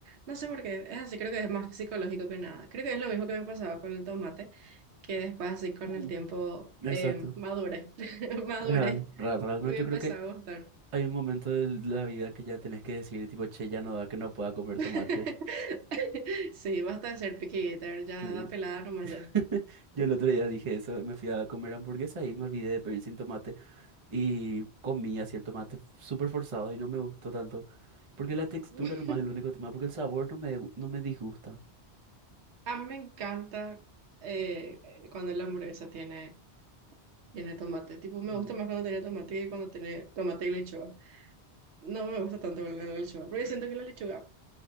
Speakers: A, on the right (about 80°); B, on the right (about 35°).
A: No sé por qué, es así, creo que es más psicológico que nada. Creo que es lo mismo que me pasaba con el tomate, que después así con
B: Mm,
A: el tiempo
B: Exacto.
A: eh, madure <laughs> madure
B: Real, real, real.
A: y
B: No, yo
A: me empezó
B: creo que
A: a gustar.
B: hay un momento de la vida que ya tenés que decir, tipo, che, ya no da que no pueda comer
A: <laughs>
B: tomate.
A: Sí, basta de ser picky eater, ya
B: Ujú.
A: da pelada nomás
B: <laughs>
A: ya.
B: Yo el otro día dije eso, me fui a comer hamburguesa y me olvidé de pedir sin tomate y comí así el tomate súper forzado y no me gustó tanto. Porque la textura
A: <laughs>
B: nomás es el único tema, porque el sabor no me, no me disgusta.
A: A mí me encanta eh, eh, cuando la hamburguesa tiene, tiene tomate. Tipo, me
B: Mm.
A: gusta más cuando tiene tomate que cuando tiene tomate y lechuga. No me gusta tanto con la lechuga, porque siento que la lechuga